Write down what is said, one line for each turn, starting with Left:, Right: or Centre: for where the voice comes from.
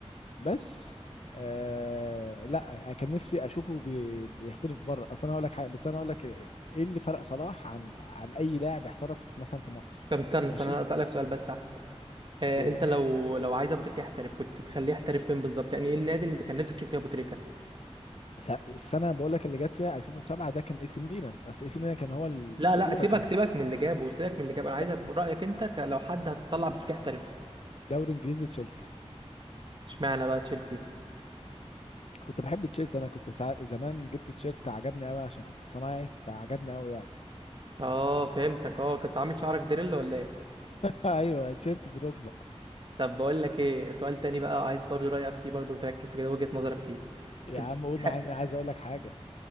Left: بس آه لا كان نفسي اشوفه بي بيحترف بره اصل انا هقول لك حاجه بس انا هقول لك ايه اللي فرق صلاح عن عن اي لاعب احترف مثلا في مصر
Right: طب استنى استنى
Left: ماشي
Right: انا اسالك سؤال بس احسن آه
Left: قول
Right: انت لو لو عايز ابو تريكة يحترف كنت تخليه يحترف فين بالظبط يعني ايه النادي اللي انت كان نفسك تشوف فيه ابو تريكة
Left: س- السنه بقول لك اللي جت فيها 2007 ده كان اي سي ميلان اصل اي سي ميلان كان هو الاسطوره
Right: لا لا سيبك
Left: كان
Right: سيبك من اللي جابه سيبك من اللي جابه انا عايز
Left: د-
Right: أب- رأيك انت ك- لو حد هتطلع ابو تريكة يحترف
Left: دوري انجليزي تشيلسي
Right: اشمعنى بقى تشيلسي
Left: كنت بحب تشيلسي انا كنت ساعة زمان جبت تيشيرت عجبني قوي عشان كنت صنايعي فعجبني قوي يعني
Right: اه فهمتك اه كنت عامل شعرك دريل ولا ايه
Left: <laughs> ايوه تيشيرت دروجبا
Right: طب بقول لك ايه سؤال تاني بقى وعايز برضو رأيك فيه برضو وتركز كده وجهة نظرك فيه
Left: يا
Right: بتح...
Left: عم قول معايا انا عايز اقول لك حاجه